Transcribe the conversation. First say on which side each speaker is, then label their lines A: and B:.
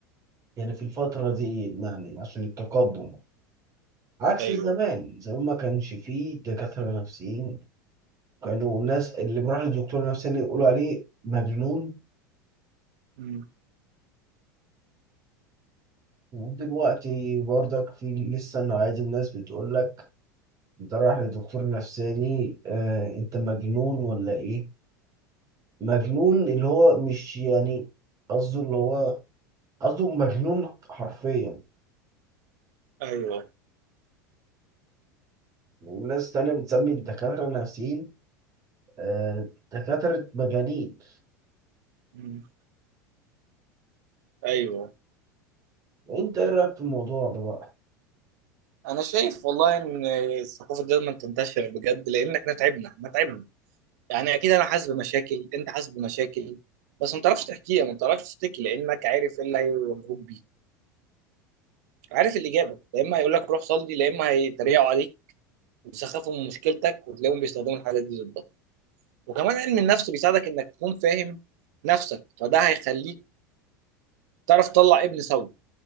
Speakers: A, on the right; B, on the right.
A: يعني في الفترة دي يعني عشان التقدم عكس
B: أيوه
A: زمان زمان ما كانش فيه دكاترة نفسيين كانوا الناس اللي بيروح لدكتور نفساني يقولوا عليه مجنون
B: مم.
A: ودلوقتي برضك في لسه نوعية الناس بتقول لك انت رايح لدكتور نفساني آه انت مجنون ولا ايه مجنون اللي هو مش يعني قصده اللي هو قصده مجنون حرفيا
B: أيوه
A: وناس تانية بتسمي الدكاترة نفسيين آه، دكاترة مجانين
B: مم. أيوه
A: انت ايه رأيك في الموضوع ده بقى؟
B: أنا شايف والله إن الثقافة دي لازم تنتشر بجد لأن إحنا تعبنا إحنا تعبنا يعني أكيد أنا حاسس بمشاكل أنت حاسس بمشاكل بس ما بتعرفش تحكيها ما بتعرفش تشتكي لأنك عارف إيه اللي هيواجهوك بيه عارف الإجابة يا إما هيقول لك روح صلي يا إما هيتريقوا عليك ويسخفوا من مشكلتك وتلاقيهم بيستخدموا الحاجات دي ضدك وكمان علم النفس بيساعدك انك تكون فاهم نفسك فده هيخليك تعرف تطلع ابن سوي